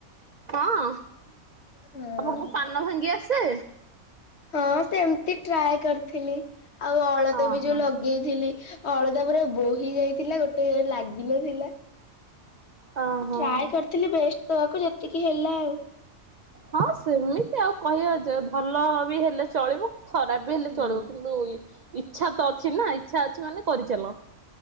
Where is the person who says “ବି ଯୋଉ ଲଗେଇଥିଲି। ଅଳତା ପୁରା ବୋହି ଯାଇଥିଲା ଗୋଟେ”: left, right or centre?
Left